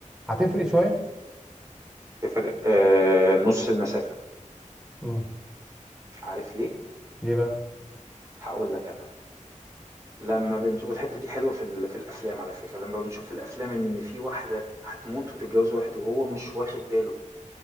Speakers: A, in the centre; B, on the right (about 25°).
A: هتفرق شويه
B: تفرق آه نص المسافة
A: امم
B: عارف ليه؟
A: ليه بقى
B: هقول لك أنا لما بنشوف الحتة دي حلوة في, ال... في الأفلام على فكرة لما بنشوف في الأفلام إن في واحدة هتموت وتتجوز واحد وهو مش واخد باله